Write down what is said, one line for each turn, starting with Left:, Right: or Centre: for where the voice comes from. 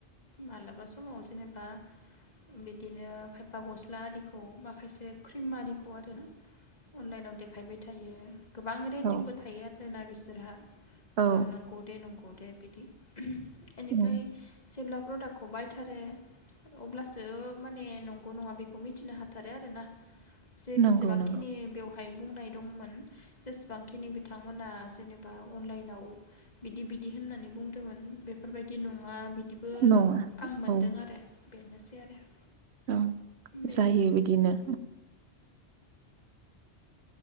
Left: मालाबा समाव जेनेबा बिदिनो खायफा गस्ला आरिखौ बा खायसे क्रिम आरिखौ आरोना अनलाइनाव देखायबाय थायो गोबां रेटिंबो
Right: औ
Left: थायो आरोना बि बिसोरहा <unintelligible>
Right: औ
Left: बे नंगौ दे बिदि इनिफ्राय
Right: उम
Left: जेब्ला प्रडाक्खौ बायथारो अब्लासो माने नंगौ नङा बेखौ मिथिनो हाथारो आरो ना। जेसेबांखिनि
Right: नंगौ नंगौ
Left: बेव हाय बुंनाय दंमोन जेसेबांखिनि बिथांमोना जेनेबा अनलाइनाव बिदि बिदि होननानै बुंदोंमोन बेफोरबायदि नङा। बिदिबो
Right: नङा
Left: आं मोनदों
Right: औ
Left: आरो बेनोसै आरो
Right: औ
Left: बेनो
Right: जायो बिदिनो